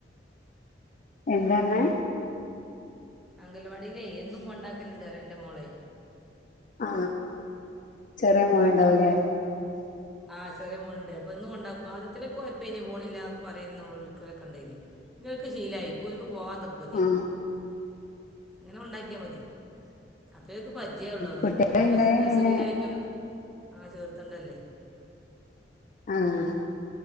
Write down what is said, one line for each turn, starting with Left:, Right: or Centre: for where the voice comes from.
Left: എന്താ പറഞെ
Centre: അംഗൽവാടില്ലേ എന്നും കൊണ്ടാക്കലുണ്ട് പറയാ എന്റെ മോളെ
Left: ആ ചെറിയ മോളുണ്ടാവുംല്ലേ
Centre: ആഹ് ചെറിയ മോളുണ്ട് അപ്പൊന്നും കൊണ്ടാക്കും ആ അദ്യത്തിലൊക്കെ കെഴപ്പില്ല പോണില്ല പറയുന്ന നോലോലക്കളൊക്കെ ഉടായേനീ പിന്നെ ഒക്ക് ശീലായി ഇപ്പൊ ഒക്ക് പോവാൻ തിർപ്പതിയ
Left: ആ
Centre: അങ്ങനെ കൊണ്ടാക്കിയാ മതി അപ്പ എക്ക് പരിജയള്ളോ
Left: കുട്ടികളുണ്ടായ
Centre: ഇനിപ്പോ നഴ്സറിയിലായിട്ടും
Left: പിന്നെ
Centre: ആ ചേർത്തണ്ടല്ലേ
Left: ആഹ്